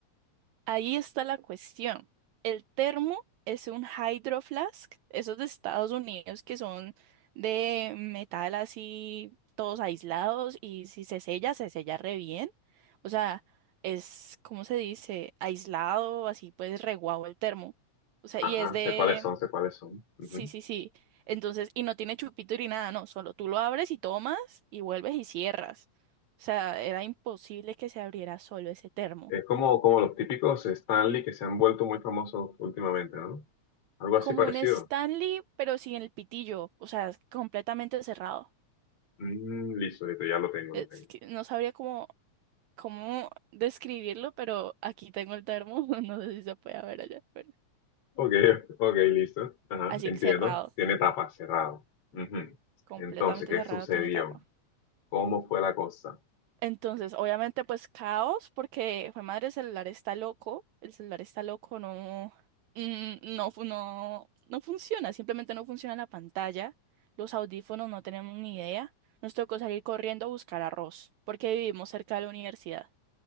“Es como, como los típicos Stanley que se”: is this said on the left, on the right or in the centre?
Left